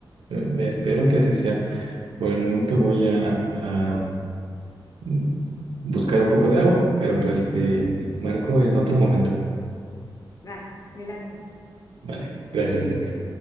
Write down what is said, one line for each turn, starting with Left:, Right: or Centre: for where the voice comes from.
Right: Eh, espero que así sea. Por el momento voy a, a, mm, buscar un poco de agua, pero pues
Left: Ujú.
Right: te marco en otro momento.
Left: Va, me late.
Right: Vale, gracias, Erika.